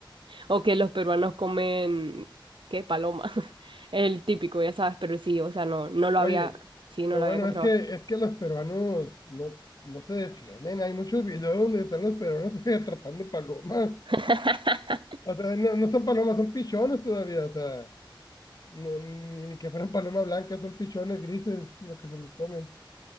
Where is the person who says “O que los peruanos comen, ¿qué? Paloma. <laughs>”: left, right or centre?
Right